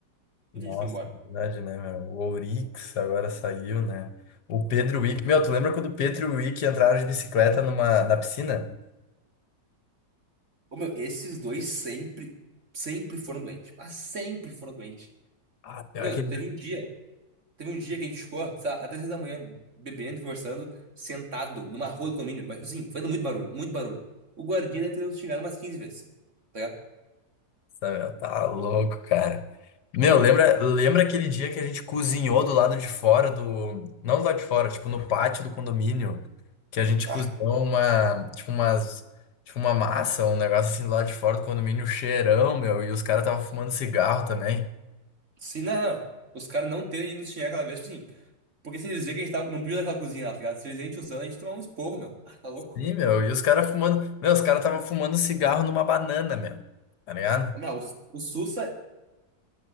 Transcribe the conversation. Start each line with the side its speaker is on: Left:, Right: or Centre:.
Left: Nossa,
Right: gente foi embora.
Left: verdade, né, meu? O Ourix agora saiu, né? O Pedro Wick. Meu, tu lembra quando o Pedro e o Wick entraram de bicicleta numa, na piscina?
Right: Ô, meu, esses dois sempre, sempre foram doentes. Mas sempre foram doentes.
Left: Ah, pior
Right: Meu,
Left: que
Right: teve um dia. Teve um dia que a gente ficou, sei lá, até seis da manhã, bebendo, conversando, sentado numa rua do condomínio, mas, tipo assim, fazendo muito barulho, muito barulho. O guardinha deve ter nos xingado umas 15 vezes, tá ligado?
Left: Samuel, tá louco, cara. Meu, lembra, lembra aquele dia que a gente cozinhou do lado de fora do. Não do lado de fora, tipo, no pátio do condomínio. Que a gente
Right: Ah,
Left: cozinhou uma. Tipo, umas. Tipo, uma massa, um negócio assim do lado de fora do condomínio, um cheirão, meu. E os caras estavam fumando cigarro também.
Right: sim, não, não. Os caras não terem ido nos xingar aquela vez, tipo assim, porque se eles verem que a gente tava, não podia naquela cozinha lá, tá ligado? Se eles verem a gente usando, a gente tomava um esporro, meu. Ah, tá louco.
Left: Sim, meu. E os caras fumando. Meu, os caras estavam fumando cigarro numa banana, meu. Tá ligado?
Right: Ô, meu, o, o Sussa